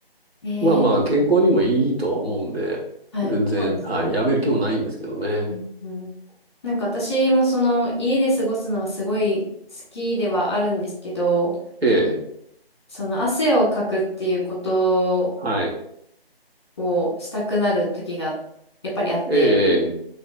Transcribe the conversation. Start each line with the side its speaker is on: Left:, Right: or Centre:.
Left: え
Right: まあまあ健康にもいいとは思うんで、
Left: はい。
Right: 全然、
Left: そうですね。
Right: はい、やめる気もないんですけどね。
Left: うんうん。なんか私もその家で過ごすのはすごい好きではあるんですけど、
Right: ええ、
Left: その汗をかくっていうこと
Right: はい。
Left: をしたくなる時がやっぱりあって、
Right: ええ、ええ